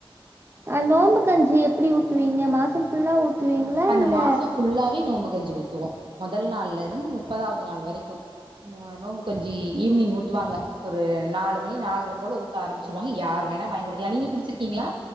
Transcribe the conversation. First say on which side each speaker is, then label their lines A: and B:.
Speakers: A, on the right; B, on the right.
A: அஹ் நோம்பு கஞ்சி எப்டி ஊத்துவீங்க மாச பஃபுல்லா ஊத்துவீங்களா
B: அந்த
A: இல்ல
B: மாசம் ஃபுல்லாவே நோம்பு கஞ்சி ஊத்துவோம் முதல் நாள்ல இருந்து முப்பதாவது நாள் வரைக்கு வ்வ நோம்பு கஞ்சி ஈவினிங் ஊத் துவாங்க ஒரு நாலு மணி நாலற போல ஊத்த ஆரம்பச்சிருவாங்க யாரு வேணா வாங்கி குடிக்கலா நீங்க குடிச்சிருக்கீங்களா